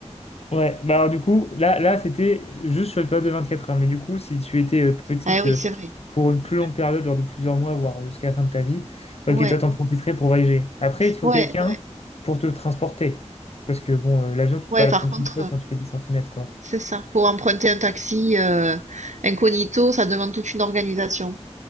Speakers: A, on the left; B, on the right.
A: Ouais. Bah, alors, du coup, là, là c'était juste sur une période de 24 heures. Mais du coup, si tu étais euh, petite
B: ah oui,
A: euh,
B: c'est vrai.
A: pour une plus longue
B: Ouais,
A: période, genre de plusieurs mois, voire jusqu'à la fin de ta vie,
B: ouais,
A: ok, toi, t'en profiterais pour voyager. Après, il te faut
B: ouais,
A: quelqu'un
B: ouais,
A: pour te transporter. Parce que, bon, euh, l'avion, tu peux
B: ouais,
A: pas
B: par
A: le prendre
B: contre,
A: tout seul
B: heu,
A: quand tu fais 10 cm, quoi.
B: c'est ça, pour emprunter un taxi, heu, incognito, ça demande toute une organisation.